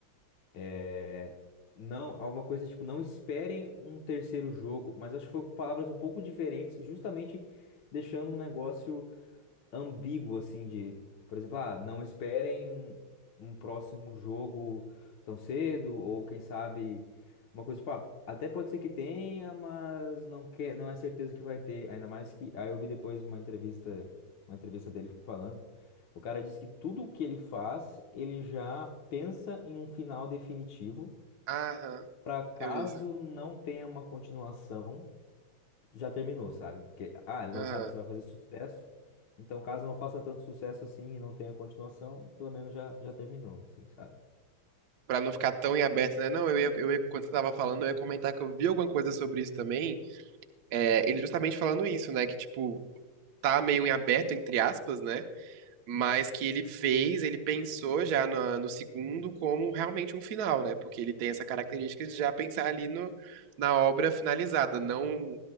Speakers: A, on the left; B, on the right.
A: É, não, alguma coisa tipo, não esperem um terceiro jogo, mas acho que foi com palavras um pouco diferentes, justamente deixando um negócio ambíguo, assim, de, por exemplo, ah, não esperem um próximo jogo tão cedo, ou quem sabe, uma coisa, tipo, ah, até pode ser que tenha, mas não quer, não é certeza que vai ter, ainda mais que, aí eu vi depois uma entrevista, uma entrevista dele falando, o cara disse que tudo o que ele faz, ele já pensa em um final definitivo,
B: Aham,
A: para caso
B: eu vi isso.
A: não tenha uma continuação, já terminou, sabe? Porque, ah, ele não
B: Aham.
A: sabe se vai fazer sucesso. Então, caso não faça tanto sucesso assim e não tenha continuação, pelo menos já, já terminou, assim, sabe?
B: Pra não ficar tão em aberto, né? Não, eu ia, eu ia, quando você tava falando, eu ia comentar que eu vi alguma coisa sobre isso também. É, ele justamente falando isso, né? Que, tipo, tá meio em aberto, entre aspas, né? mas que ele fez, ele pensou já na- no, segundo como realmente um final, né? Porque ele tem essa característica de já pensar ali no, na obra finalizada, não